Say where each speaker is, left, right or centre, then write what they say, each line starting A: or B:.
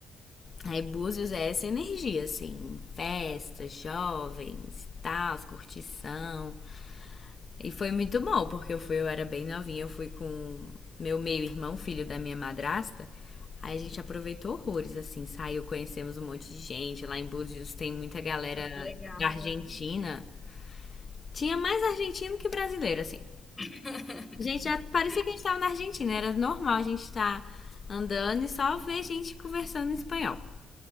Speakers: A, on the left; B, on the left.
A: Aí Búzios é essa energia, assim, festas, jovens, tal, curtição. E foi muito bom, porque eu fui, eu era bem novinha, eu fui com meu meio-irmão, filho da minha madrasta. Aí a gente aproveitou horrores, assim, saiu, conhecemos um monte de gente. Lá em Búzios tem muita galera
B: Nossa, que legal.
A: da Argentina. Tinha mais argentino que brasileiro, assim.
B: <laughs>
A: Gente, já parecia que a gente estava na Argentina. Era normal a gente estar andando e só ver gente conversando em espanhol.